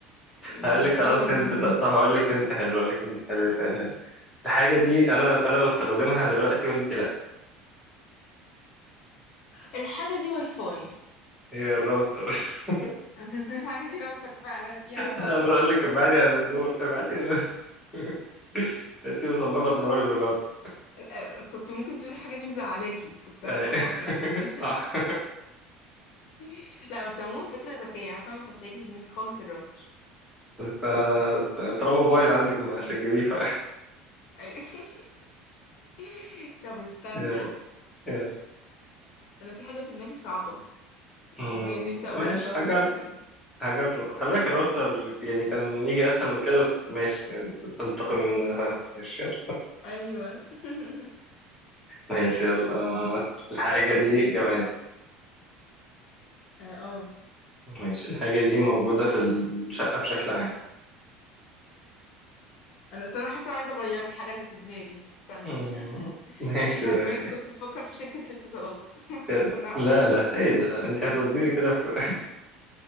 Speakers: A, on the left; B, in the centre.
A: يعني
B: هقول
A: يفتكروني
B: لك خلاص
A: مجنونة
B: هنت طب طب هقول لك هنت حلو هقول لك هنت حلو
A: أرجوك
B: سهل الحاجة دي أنا أنا بستخدمها دلوقتي وأنت لأ
A: الحاجة دي واي فاي
B: هي الراوتر <laughs>
A: <laughs> الحاجة دي راوتر فعلا فيها أربع
B: أنا
A: خمس
B: بقول لك
A: لمبات
B: ابعدي
A: فعلا
B: عن النور ابعدي عن <laughs>
A: <laughs>
B: أنت مصممة
A: آه
B: تنوري بالراوتر
A: آه، كنت ممكن تقولي الحاجة دي مزعلاكي كنت
B: أي.
A: هفهم أسرع بكتير
B: <laughs> صح
A: <laughs> لا بس عموما فكرة ذكية أنا فاهمة ما كانش هيجي في دماغي خالص الراوتر
B: ف- طالما بايظ عندك مش هتجيبيه ف
A: أيوة <laughs> <laughs> طب استنى
B: يلا يلا
A: انا في حاجة في دماغي صعبة
B: أمم،
A: بما ان انت قلت
B: ماشي
A: راوتر
B: حاجة
A: وكده
B: هجرب خلي بالك الراوتر يعني كان يجي اسهل من كده بس ماشي يعني تنتقم مني انا فاهم ماشي يلا
A: ايوه <laughs>
B: ماشي يلا آه، أسأل. الحاجة دي جماد
A: اه آه.
B: ماشي الحاجة دي موجودة في الشقة بشكل عام
A: انا اصل انا حاسة أنا عايزة اغير الحاجة اللي في دماغي استنى
B: مم، <laughs> ماشي
A: <laughs> مش عاجبانيش
B: يعني
A: كنت بفكر في شركة الاتصالات <laughs>
B: كده.
A: فحاسة انها
B: لا
A: <laughs> قلت
B: لا ايه ده لا انت هتوديني كده في <laughs>